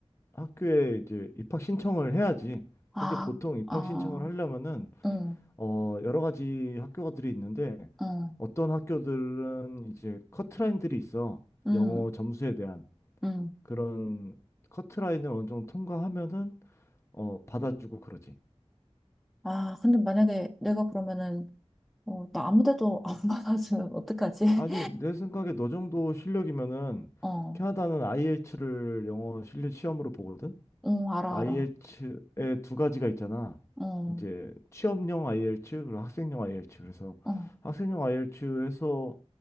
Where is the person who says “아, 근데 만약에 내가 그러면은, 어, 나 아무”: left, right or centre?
Centre